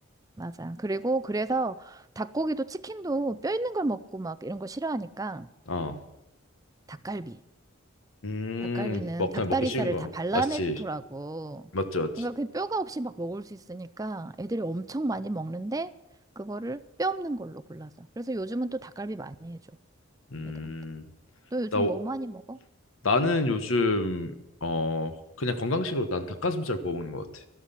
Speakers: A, on the right (about 15°); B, on the left (about 75°).
A: 맞아. 그리고 그래서 닭고기도 치킨도 뼈 있는 걸 먹고 막 이런 거 싫어하니까
B: 어,
A: 닭갈비.
B: 음,
A: 닭갈비는
B: 먹
A: 닭다리살을
B: 그냥 먹기 쉬운 거
A: 다 발라냈더라고.
B: 맞지, 맞지, 맞지.
A: 그러니까 그 뼈가 없이 막 먹을 수 있으니까 애들이 엄청 많이 먹는데 그거를 뼈 없는 걸로 골라서. 그래서 요즘은 또 닭갈비 많이 해줘
B: 음,
A: 애들한테. 너 요즘
B: 나 오-
A: 뭐 많이 먹어?
B: 나는 요즘 어 그냥 건강식으로 난 닭가슴살 구워 먹는 것 같아.